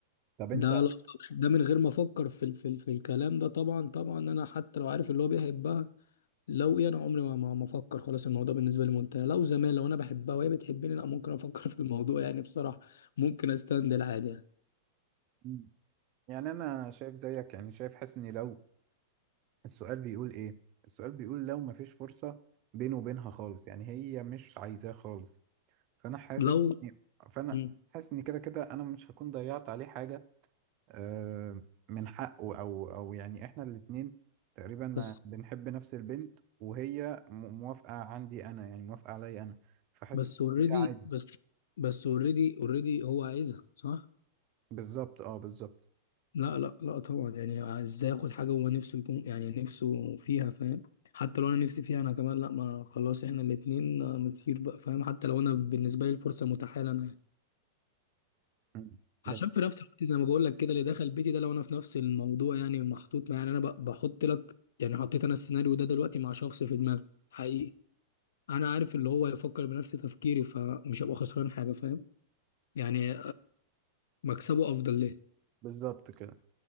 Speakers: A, on the right; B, on the left.
A: طب انت
B: ده لا- ده من غير ما افكر في ال- في ال- في الكلام ده طبعا طبعا انا حتى لو عارف اللي هو بيحبها لو ايه انا عمري ما ما ما افكر خلاص الموضوع بالنسبه لي منتهي لو زمان لو انا بحبها وهي بتحبني لا ممكن افكر <laughs> في الموضوع يعني بصراحه ممكن استند العادي يعني
A: مم. يعني انا شايف زيك يعني شايف حاسس اني لو السؤال بيقول ايه السؤال بيقول لو مفيش فرصة بينه وبينها خالص يعني هي مش عايزاه خالص فانا حاسس
B: لو
A: فانا
B: مم.
A: حاسس ان كده كده انا مش هكون ضيعت عليه حاجة آه، من حقه او او يعني احنا الاتنين تقريبا
B: بس
A: بنحب نفس البنت وهي م- موافقة عندي انا يعني موافقة عليا انا فحاسس
B: بس اوريدي
A: ان ده عادي
B: بس بس اوريدي اوريدي هو عايزها صح
A: بالظبط اه بالظبط
B: لا لا لا طبعا يعني ازاي اخد حاجه هو نفسه يكون يعني نفسه فيها فاهم حتى لو انا نفسي فيها انا كمان لا ما خلاص احنا الاتنين نطير بقى فاهم حتى لو انا بالنسبه لي الفرصه متاحه لنا
A: مم. بس
B: عشان في نفس الوقت زي ما بقول لك كده اللي دخل بيتي ده لو انا في نفس الموضوع يعني محطوط مع- يعني انا ب- بحط لك يعني حطيت انا السيناريو ده دلوقتي مع شخص في دماغي حقيقي انا عارف اللي هو يفكر بنفس تفكيري فمش هبقى خسران حاجه فاهم يعني مكسبه افضل ليه
A: بالظبط كده